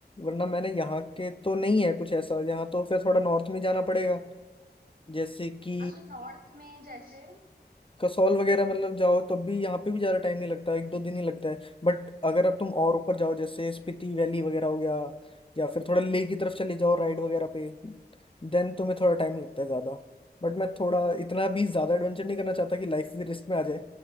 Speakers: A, on the left; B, on the right.
A: वरना मैंने यहाँ के तो नहीं है कुछ ऐसा यहाँ तो फिर थोड़ा नॉर्थ में जाना पड़ेगा जैसे कि
B: अच्छा नॉर्थ में जैसे
A: कसौल वगैरह मतलब जाओ तब भी यहाँ पे भी ज्यादा टाइम नहीं लगता एक दो दिन ही लगता है बट अगर अब तुम और ऊपर जाओ जैसे स्पीति वैली वगैरह हो गया या फिर थोड़ा लेह की तरफ चले जाओ राइड वगैरह पे देन तुम्हें थोड़ा टाइम लगता है ज्यादा बट मैं थोड़ा इतना भी ज्यादा एडवेंचर नहीं करना चाहता कि लाइफ भी रिस्क में आ जाए